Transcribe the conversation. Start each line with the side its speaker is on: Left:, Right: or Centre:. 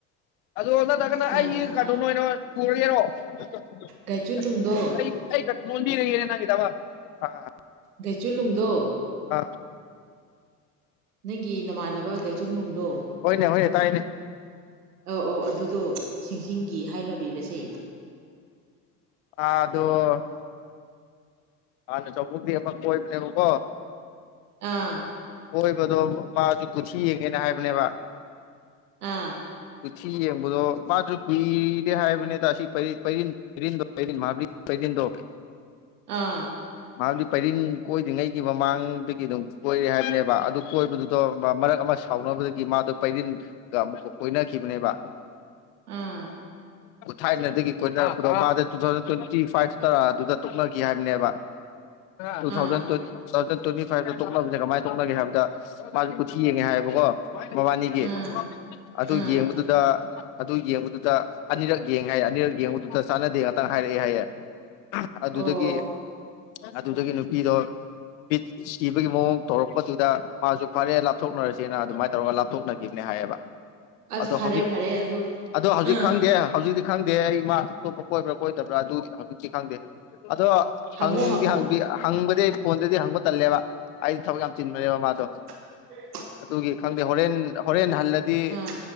Left: ꯑꯗꯣ ꯅꯠꯇ꯭ꯔꯒꯅ
Right: ꯑ
Left: ꯑꯩꯒꯤ ꯀꯥꯔꯇꯨꯟ ꯑꯣꯏꯅ ꯄꯨꯔꯒꯦꯔꯣ <unintelligible>
Right: ꯒꯥꯏꯆꯨꯂꯨꯡꯗꯣ
Left: ꯑꯩ ꯑꯩꯈꯛ ꯂꯣꯟꯕꯤꯔꯒꯦꯅꯦ ꯅꯪꯒꯤꯗꯃꯛ ꯑꯥ
Right: ꯒꯩꯆꯨꯂꯨꯡꯗꯣ
Left: ꯑꯥ
Right: ꯅꯪꯒꯤ ꯅꯃꯥꯟꯅꯕ ꯒꯩꯆꯨꯡꯅꯨꯡꯗꯣ
Left: ꯍꯣꯏꯅꯦ ꯍꯣꯏꯅꯦ ꯇꯥꯏꯌꯦꯅꯦ
Right: ꯑꯧ ꯑꯧ ꯑꯗꯨꯗꯣ ꯁꯤꯡꯁꯤꯡꯒꯤ ꯍꯥꯏꯅꯕꯤꯔꯁꯦ
Left: ꯑ ꯗꯣ ꯍꯥꯟꯅ ꯆꯧꯕꯨꯡꯗꯩꯩ ꯑꯃ ꯀꯣꯏꯕꯅꯦꯕꯀꯣ
Right: ꯑꯥ
Left: ꯀꯣꯏꯕꯗꯣ ꯃꯥꯁꯨ ꯀꯨꯊꯤ ꯌꯦꯡꯉꯦꯅ ꯍꯥꯏꯕꯅꯦꯕ
Right: ꯑꯥ
Left: ꯀꯨꯊꯤ ꯌꯦꯡꯕꯗꯣ ꯃꯥꯁꯨ ꯀꯨꯏꯔꯦ ꯍꯥꯏꯕꯅꯤꯗ ꯑꯁꯤ ꯄꯩ ꯄꯩꯔꯤꯟ ꯔꯤꯟꯗꯣ ꯄꯩꯔꯤꯟ ꯃꯍꯥꯕꯂꯤ ꯄꯩꯔꯤꯟꯗꯣ
Right: ꯑꯥ
Left: ꯃꯍꯥꯕꯂꯤ ꯄꯩꯔꯤꯟ ꯀꯣꯏꯗ꯭ꯔꯤꯉꯩꯒꯤ ꯃꯃꯥꯡꯗꯒꯤ ꯑꯗꯨꯝ ꯀꯣꯏꯔꯦ ꯍꯥꯏꯕꯅꯦꯕ ꯑꯗꯨ ꯀꯣꯏꯕꯗꯨꯗꯣ ꯃꯔꯛ ꯑꯃ ꯁꯥꯎꯅꯕꯗꯒꯤ ꯃꯥꯗꯣ ꯄꯩꯔꯤꯟꯒ ꯑꯃꯨꯛ ꯀꯣꯏꯅꯈꯤꯕꯅꯦꯕ
Right: ꯑꯥ
Left: ꯊꯥꯏꯅꯗꯒꯤ ꯀꯣꯏꯅꯔꯛꯄꯗꯣ ꯃꯥꯗꯤ ꯇꯨ ꯊꯥꯎꯖꯟ ꯇ꯭ꯋꯦꯟꯇꯤ ꯐꯥꯏꯚ ꯇ ꯑꯗꯨꯗ ꯇꯣꯛꯅꯈꯤ ꯍꯥꯏꯕꯅꯦꯕ ꯇꯨ
Right: ꯑꯥ
Left: ꯊꯥꯎꯖꯟ ꯇ꯭ꯋꯦꯟ ꯇꯨ ꯊꯥꯎꯖꯟ ꯇ꯭ꯋꯦꯟꯇꯤ ꯐꯥꯏꯚꯇ ꯇꯣꯛꯅꯕꯁꯦ ꯀꯃꯥꯏ ꯇꯣꯛꯅꯒꯦ ꯍꯥꯏꯕꯗ ꯃꯥꯁꯦ ꯀꯨꯊꯤ ꯌꯦꯡꯉꯦ ꯍꯥꯏꯌꯦꯕꯀꯣ ꯃꯕꯥꯅꯤꯒꯤ
Right: ꯑꯥ
Left: ꯑꯗꯨ
Right: ꯑꯥ
Left: ꯌꯦꯡꯕꯗꯨꯗ ꯑꯗꯨ ꯌꯦꯡꯕꯗꯨꯗ ꯑꯅꯤꯔꯛ ꯌꯦꯡꯉꯦ ꯍꯥꯏꯌꯦ ꯑꯅꯤꯔꯛ ꯌꯦꯡꯕꯗꯨꯗ ꯆꯥꯟꯅꯗꯦ ꯉꯥꯛꯇꯥ ꯍꯥꯏꯔꯛꯑꯦ ꯍꯥꯏꯌꯦ ꯑꯗꯨꯗꯒꯤ
Right: ꯑꯣ
Left: ꯑꯗꯨꯗꯒꯤ ꯅꯨꯄꯤꯗꯣ ꯄꯤꯠ ꯁꯤꯕꯒꯤ ꯃꯑꯣꯡ ꯇꯧꯔꯛꯄꯗꯨꯗ ꯃꯥꯁꯨ ꯐꯔꯦ ꯂꯥꯞꯊꯣꯛꯅꯔꯁꯦꯅ ꯑꯗꯨꯃꯥꯏꯅ ꯇꯧꯔꯒ ꯂꯥꯞꯊꯣꯛꯅ___ ꯈꯤꯕꯅꯦ ꯍꯥꯏꯌꯦꯕ
Right: ꯑꯁ
Left: ꯑꯗꯣ
Right: ꯐꯔꯦ
Left: ꯍꯧꯖꯤꯛ
Right: ꯐꯔꯦ ꯑꯗꯣ
Left: ꯑꯗꯣ ꯍꯧꯖꯤꯛ
Right: ꯑꯥ
Left: ꯈꯪꯗꯦ꯫ ꯍꯧꯖꯤꯛꯇꯤ ꯈꯪꯗꯦ ꯑꯩ ꯃꯥ ꯑꯇꯣꯞꯄ ꯀꯣꯏꯕ꯭ꯔꯥ ꯀꯣꯏꯗꯕ꯭ꯔꯥ ꯑꯗꯨꯗꯤ ꯍꯧꯖꯤꯛꯇꯤ ꯈꯪꯗꯦ ꯑꯗꯣ꯫
Right: ꯍꯪꯉꯣ
Left: ꯍꯪꯗꯤ
Right: ꯍꯪꯉꯣ
Left: ꯍꯪꯗꯤ ꯍꯪꯕꯗꯤ ꯑꯩ ꯐꯣꯟꯗꯗꯤ ꯍꯪꯕ ꯇꯜꯂꯦꯕ ꯑꯩꯗꯤ ꯊꯕꯛ ꯌꯥꯝ ꯆꯤꯟꯕꯅꯦꯕ ꯃꯥꯗꯣ꯫
Right: ꯎꯝ <inaudible>
Left: ꯑꯗꯨꯒꯤ ꯈꯪꯗꯦ ꯍꯣꯔꯦꯟ ꯍꯣꯔꯦꯟ ꯍꯜꯂꯗꯤ
Right: ꯑꯥ